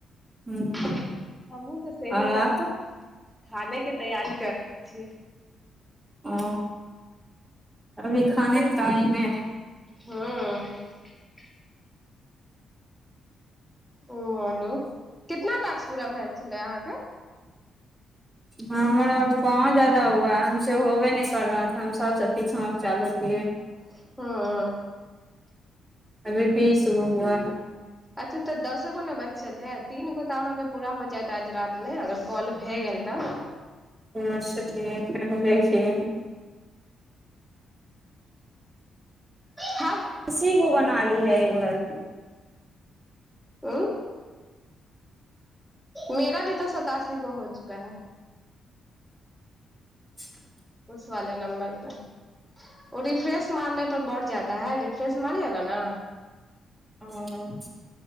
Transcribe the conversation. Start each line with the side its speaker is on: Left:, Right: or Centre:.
Right: हम्म
Centre: हमहुँ तऽ सेहे
Right: और आप
Centre: कर छी खाने के तैयारी करै छी
Right: ओ अभी खाने टाइम है
Centre: हुँ ओ बोलू कितना टास्क पूरा भेलए छलै अहाँके
Right: हमर अभी कहाँ जदा हुआ हम से होबे नहि कर रह हम सबसँ पीछो चालू किए
Centre: हुँ
Right: अभी बीस गो हुआ
Centre: अच्छा तऽ दसो गो ने बचल है तीन गो तऽ अहाँके पूरा हो जायत आज रातमे अगर कॉल भए गेल तऽ
Right: अच्छा ठीक क देखिय
Centre: ह
Right: असीगो को बना ली है एगो लड़की
Centre: ह मेरा भी तऽ सतासी गो हो चुका है
Right: <inaudible>
Centre: उस वाले नंबर परे ओ रिफ्रेश मारने पर बढ़ जाता है रिफ्रेश मारियएगा न
Right: हुँ